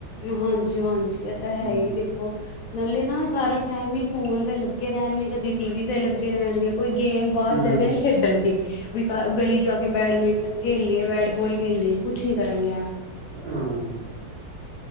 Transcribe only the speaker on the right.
ਹੂੰ
ਹੂੰ
ਹਾਂ ਹ